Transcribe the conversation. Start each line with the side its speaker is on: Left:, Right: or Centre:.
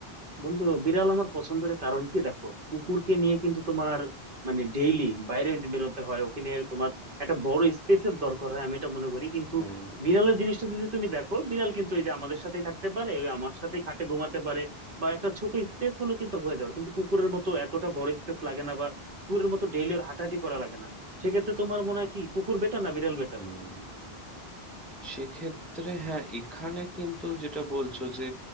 Right: বন্ধু বিড়াল আমার পছন্দের কারণ কি দেখো কুকুরকে নিয়ে কিন্তু তোমার মানে ডেইলি বাইরে যে বেরোতে হয় ওকে নিয়ে তোমার একটা বড় স্পেসের দরকার হয় আমি এটা মনে করি কিন্তু
Centre: হুম
Right: বিড়ালের জিনিসটা যদি তুমি দেখো বিড়াল কিন্তু এই যে আমাদের সাথেই থাকতে পারে ওই আমার সাথেই খাটে ঘুমাতে পারে বা একটা ছোট স্পেস হলো কিন্তু হয়ে যাবে কিন্তু কুকুরের মতো এতটা বড় স্পেস লাগে না বা কুকুরের মতো ডেইলি ওর হাঁটাহাঁটি করা লাগে না সেক্ষেত্রে তোমার মনে হয় কি কুকুর বেটার না বিড়াল বেটার
Centre: হুম সেক্ষেত্রে হ্যাঁ এখানে কিন্তু যেটা বলছো যে